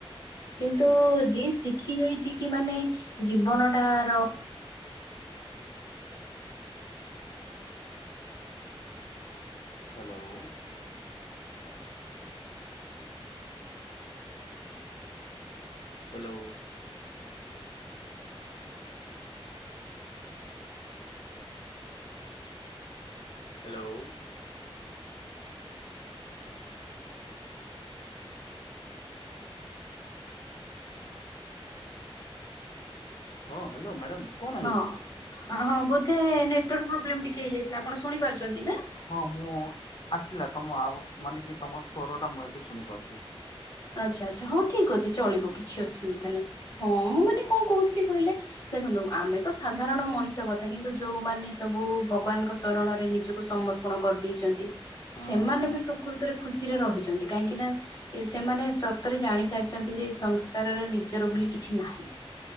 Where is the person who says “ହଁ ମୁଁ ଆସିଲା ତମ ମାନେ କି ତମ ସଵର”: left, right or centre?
Left